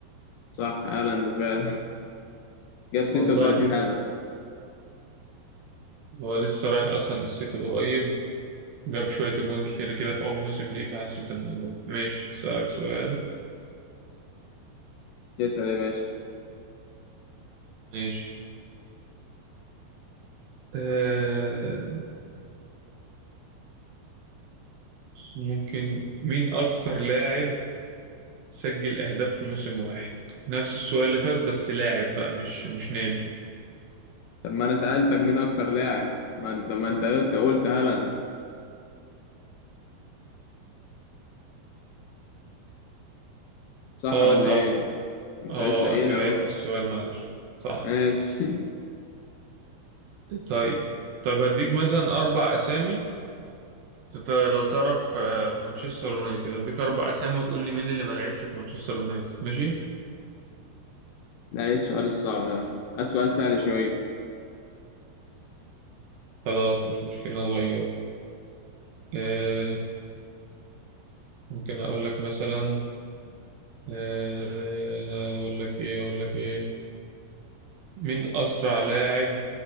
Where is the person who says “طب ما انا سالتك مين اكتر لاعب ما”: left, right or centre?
Left